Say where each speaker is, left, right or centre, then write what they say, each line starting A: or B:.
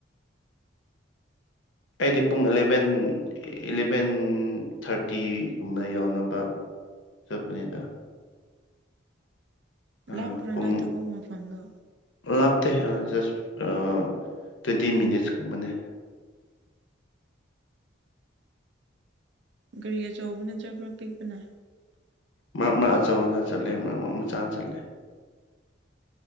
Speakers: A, on the left (about 70°); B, on the right (about 60°).
A: ꯑꯩꯗꯤ ꯄꯨꯡ ꯑꯦꯂꯕꯦꯟ ꯏꯂꯚꯦꯟ ꯊꯥꯔꯇꯤꯒꯨꯝꯕ ꯌꯧꯅꯕ ꯆꯠꯄꯅꯦꯗ ꯑ
B: ꯂꯥꯞꯄ꯭ꯔꯥ
A: ꯄꯨꯡ
B: ꯅꯪ ꯊꯕꯛ ꯃꯐꯝꯗꯣ
A: ꯂꯥꯞꯇꯦ ꯑꯥ ꯖꯁ ꯑꯥ ꯇ꯭ꯋꯨꯟꯇꯤ ꯃꯤꯅꯤꯠꯁ ꯀꯨꯝꯕꯅꯦ
B: ꯒꯥꯔꯤ ꯑꯆꯧꯕꯅ ꯆꯠꯄ꯭ꯔꯥ ꯄꯤꯛꯄꯅ
A: ꯃꯔꯛ ꯃꯔꯛ ꯑꯆꯧꯕꯅ ꯆꯠꯂꯦ ꯃꯔꯛ ꯃꯔꯛ ꯃꯆꯥꯅ ꯆꯠꯂꯦ